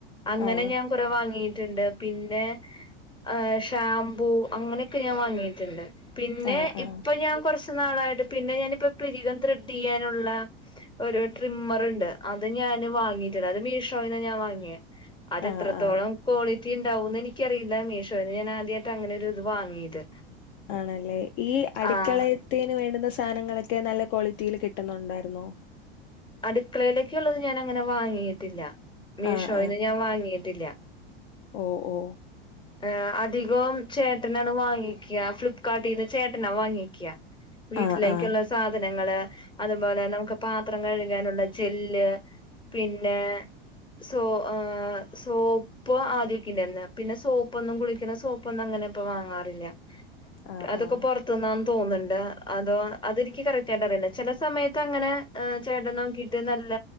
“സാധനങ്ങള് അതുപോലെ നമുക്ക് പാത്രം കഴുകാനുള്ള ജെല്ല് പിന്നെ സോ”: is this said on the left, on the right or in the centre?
Left